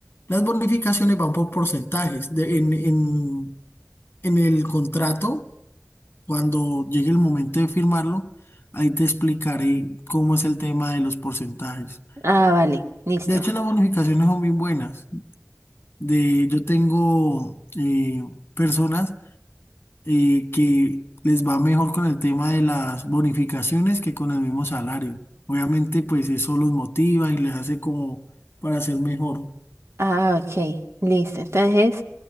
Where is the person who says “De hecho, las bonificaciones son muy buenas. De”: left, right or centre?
Left